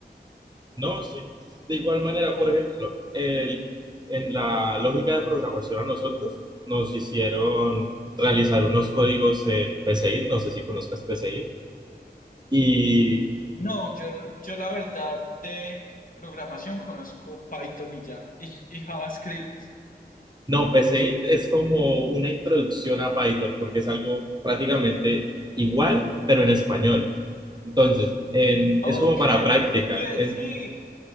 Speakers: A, on the right (about 25°); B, on the left (about 50°).
A: No, sí. De igual manera,
B: O
A: por ejemplo, el- en la lógica de programación a nosotros nos hicieron realizar unos códigos en Pseint. no sé si conozcas Pseint. y
B: no, yo, yo la verdad de programación conozco Python y ya, y, y JavaScript
A: no, Pseint es como una introducción a Python porque es algo prácticamente igual, pero en español. Entonces, en-
B: Ok,
A: es como para práctica.
B: que
A: En,
B: sí,